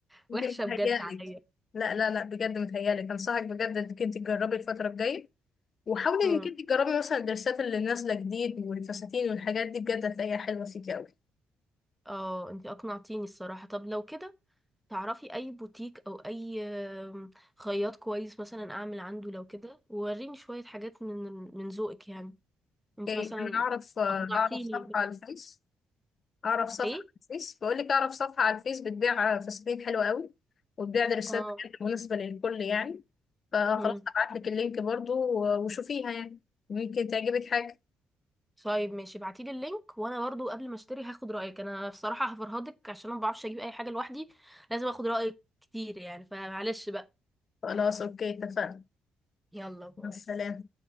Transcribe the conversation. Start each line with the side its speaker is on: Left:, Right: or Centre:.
Centre: وحشه
Left: انت متهيألك
Centre: بجد عليا
Left: لا لا لا بجد متهيألك انصحك بجد انك انت تجربي الفتره الجايه وحاولي
Centre: امم
Left: انك انت تجربي مثلا الدرسات اللي نازله جديد والفساتين والحاجات دي بجد هتلاقيها حلوه فيكي قوي
Centre: اه انتي اقنعتيني الصراحه طب لو كده تعرفي اي بوتيك او اي آم، خياط كويس مثلا اعمل عنده لو كده ووريني شويه حاجات من من ذوقك يعني انت
Left: اوكي
Centre: مثلا
Left: انا اعرف آه،
Centre: اقنعتيني
Left: اعرف صفحه على الفيس اعرف صفحه
Centre: ايه
Left: على الفيس بقول لك اعرف صفحه على الفيس بتبيع فساتين حلوه قوي وبتبيع دريسات
Centre: اه
Left: كانت مناسبه للكل يعني فخلاص
Centre: امم
Left: هبعت لك اللينك برضو و- وشوفيها يعني ممكن تعجبك حاجه
Centre: طيب ماشي ابعتيلي اللينك وانا برضو قبل ما اشتري هاخد رايك انا بصراحه هفرهدك عشان أنا ما بعرفش اجيب اي حاجه لوحدي لازم اخد رايك كتير يعني فمعلش بقى
Left: خلاص اوكي اتفقنا
Centre: يلا باي
Left: مع السلامه